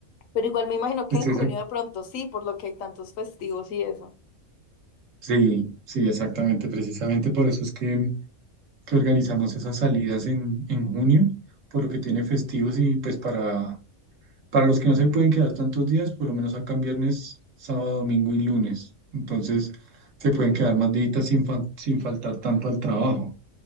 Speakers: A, on the left (about 75°); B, on the right (about 70°).
A: Pero igual me imagino que
B: Estoy,
A: en junio
B: exac-
A: de pronto sí, por lo que hay tantos festivos y eso.
B: sí, sí, exactamente, precisamente por eso es que que organizamos esas salidas en, en junio, por lo que tiene festivos y pues para, para los que no se pueden quedar tantos días, por lo menos sacan viernes, sábado, domingo y lunes. Entonces se pueden quedar más días sin, fa- sin faltar tanto al trabajo.